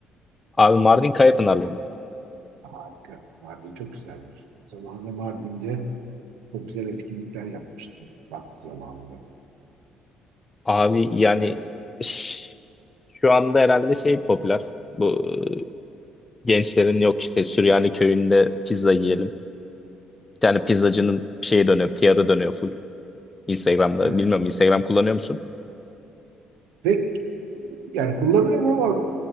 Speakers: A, on the left; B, on the right.
A: Abi Mardin Kayapınarlıyım ben.
B: Harika. Mardin çok güzelmiş. Zamanında Mardin'de çok güzel etkinlikler yapmıştım. Vakti zamanında.
A: Abi yani
B: Evet.
A: ş- şu anda herhalde şey popüler. Bu e, gençlerin yok işte Süryani köyünde pizza yiyelim. Bir tane pizzacının şeye dönüyor, PR'ı dönüyor full Instagram'da.
B: Evet.
A: Bilmiyorum Instagram kullanıyor musun?
B: Ve yani kullanıyorum ama